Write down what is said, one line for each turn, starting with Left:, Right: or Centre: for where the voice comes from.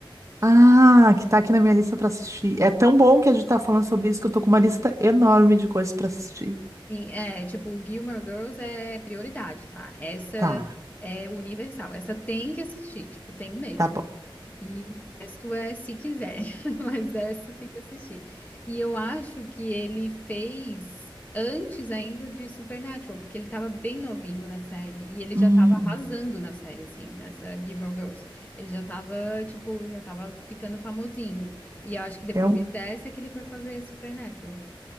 Right: Ah, que tá aqui na minha lista pra assistir. É tão bom que a gente tá falando sobre isso que eu tô com uma lista enorme de coisas pra assistir.
Left: Sim, é, tipo, Gilmore Girls é prioridade, tá? Essa
Right: Tá,
Left: é universal. Essa tem que assistir, tipo, tem mesmo.
Right: tá bom.
Left: E o resto é se quiser, <laughs> mas essa tem que assistir. E eu acho que ele fez antes ainda de Supernatural, porque ele tava bem novinho na série e ele
Right: Hum,
Left: já tava arrasando na série, assim, nessa Gilmore Girls. Ele já tava, tipo, já tava ficando famosinho. E eu acho que depois
Right: é um,
Left: dessa é que ele foi fazer Supernatural.